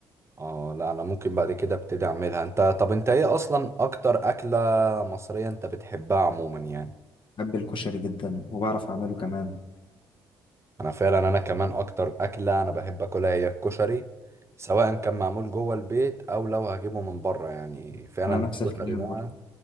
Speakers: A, on the right; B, on the left.
A: اه لا انا ممكن بعد كده ابتدي اعملها انت طب انت ايه اصلا اكتر اكله مصريه انت بتحبها عموما يعني
B: بحب الكشري جدا وبعرف اعمله كمان
A: انا فعلا انا كمان اكتر اكله انا بحب اكلها هي الكشري سواء كان معمول جوه البيت او لو هجيبه من بره يعني فعلا
B: انا نفس الكلام
A: الكشري ده
B: برضه